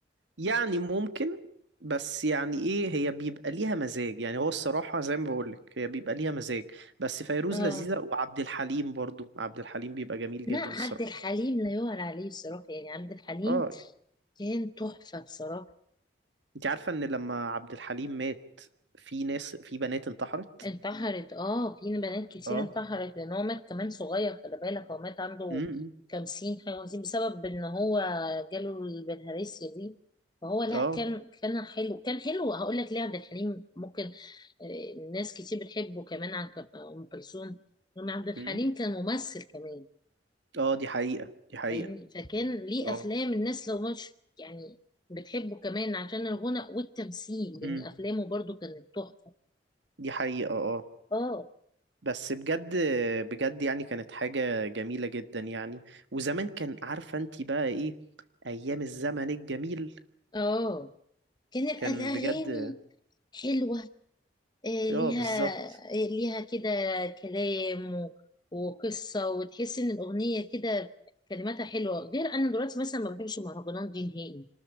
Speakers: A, on the right; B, on the left.
A: يعني ممكن بس يعني ايه هي بيبقى ليها مزاج يعني هو الصراحة زي ما بقولك هي بيبقى ليها مزاج بس فيروز
B: اه
A: لذيذة وعبد الحليم برضو عبد الحليم بيبقى جميل
B: لا
A: جدا
B: عبد
A: الصراحة
B: الحليم لا يعلى عليه بصراحه يعني عبد الحليم
A: اه
B: كان تحفه بصراحه
A: انت عارفة ان لما عبد الحليم مات في ناس في بنات انتحرت
B: انتحرت اه في بنات كتير
A: اه
B: انتحرت لان هو مات كمان صغير خلي بالك هو مات عنده
A: امم
B: خمسين حاجة وخمسين بسبب ان هو جاله البلهارسيا دي فهو لا
A: اه
B: كان كان حلو كان حلو هقول لك ليه عبد الحليم ممكن آه، ناس كتير بتحبه كمان عن ك- ام كلثوم لان عبد الحليم
A: امم
B: كان ممثل كمان
A: اه دي حقيقة دي حقيقة
B: فاهمني فكان ليه
A: اه
B: افلام الناس لو مش يعني بتحبه كمان عشان الغنى والتمثيل لان
A: امم
B: افلامه برضو كانت تحفة
A: دي حقيقة اه
B: اه
A: بس بجد بجد يعني كانت حاجة جميلة جدا يعني وزمان كان عارفة انت بقى ايه ايام الزمن الجميل
B: اه كان الأ-
A: كان
B: الأغاني
A: بجد
B: حلوة آه، ليها
A: اه بالظبط
B: آه، ليها كده كلام و- وقصة وتحس إن الأغنية كده كلماتها حلوة غير أنا دلوقتي مثلا ما بحبش المهرجانات دي نهائي